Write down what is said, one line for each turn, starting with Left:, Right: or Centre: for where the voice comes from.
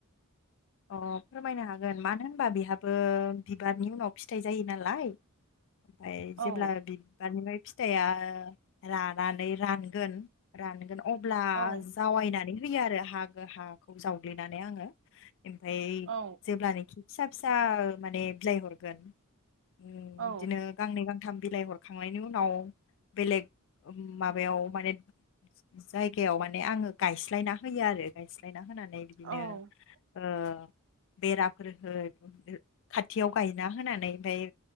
Left: अ फोरमायनो हागोन मानो होनबा बेहाबो बिबारनि उनाव फिथाइ जायो नालाय। ओमफ्राय जेब्ला
Right: औ
Left: बिबारनिफ्राय फिथाइया रानानै रानगोन रानगोन अब्ला
Right: औ
Left: जावायनानै। फोयोआरो हागो हाखौ जावग्लिनानै आङो इमफाय
Right: औ
Left: जेब्लानोखि। फिसा फिसा माने बिलाइ हरगोन उम
Right: औ
Left: इदिनो गांनै गां थाम बिलाइ हरखांनायनि उनाव बेलेग उम माबायाव माने। ज जायगायाव माने आङो गायस्लायना होयोआरो गायस्लायना होनानै बिदिनो।
Right: औ
Left: ओह बेराफोर हो खाथियाव गायना होनानै ओमफाय।